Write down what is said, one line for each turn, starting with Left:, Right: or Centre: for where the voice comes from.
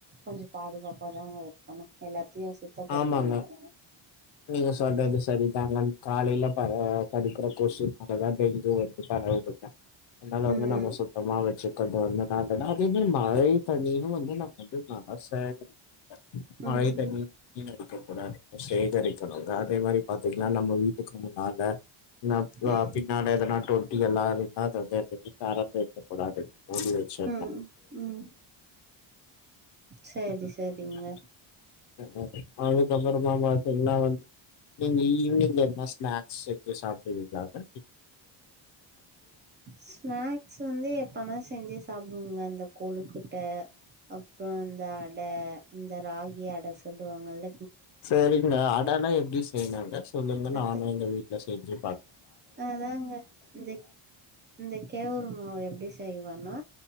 Right: கொஞ்சொ பாதுகாப்பாதாங்க இர்க்கணு எல்லா த்தியு சுத்தப்படுத்தி
Left: ஆமாங்க
Right: வெக்கணு
Left: நீங்க சொல்றது செரிதா மேம் காலைல பற கடிக்கிற கொசுனாலதா டெங்கு வந்து பரவுது அதனால வந்து
Right: ம்
Left: நம்ம சுத்தமா வெச்சிக்கறது வந்து நல்லது நா அதே மாரி மழை தண்ணியு வந் என்னாப்பன்றது ஆ அத் சேகரி மழை
Right: ம்
Left: தண்ணி வீனடிக்க கூடாது சேகரி னோ அதே மாரி பாத்தீங்னா நம்ம வீட்டுக்கு முன்னால <unintelligible>
Right: ம்
Left: பின்னால எதனா தொட்டி <unintelligible> எதையு தறந்து வெக்க கூடாது மூடி வெச்சு
Right: ம் ம் சரி சரிங்க
Left: <unintelligible> அதுக்கப்பறமா பாத்தீங்னா வந் நீங்க ஈவ்னிங்ல நா ஸ்நாக்ஸ் எட்த்துவ சாப்ட்டுவீங்ளா மெ
Right: ஸ்நாக்ஸ் வந்து எப்பனா செஞ்சு சாப் வும் அந்த கொளுக்கட்ட அப்றோ அந்த அட ந்த ராகி அட சொல்லுவாங்கள்ள
Left: செரிங்க அடனா எப்டி செய்ணுங்க சொல்லுங்க
Right: அத
Left: நானு எங்க வீட்ல செஞ்சி
Right: அதாங்க இந்த இந்த கேவுரு மாவு எப்டி செய்வனா